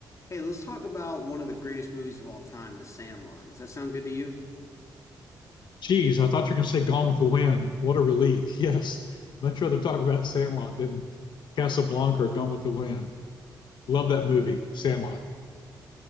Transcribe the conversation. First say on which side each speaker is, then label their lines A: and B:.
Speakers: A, on the left (about 40°); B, on the left (about 70°).
A: Hey, let's talk about one of the greatest movies of all time, The Sandlot. Does that sound good to you?
B: Geez, I thought you were going to say Gone with the Wind. What a relief. <laughs> Yes. Much rather talk about Sandlot than Casablanca or Gone with the Wind. Love that movie, Sandlot.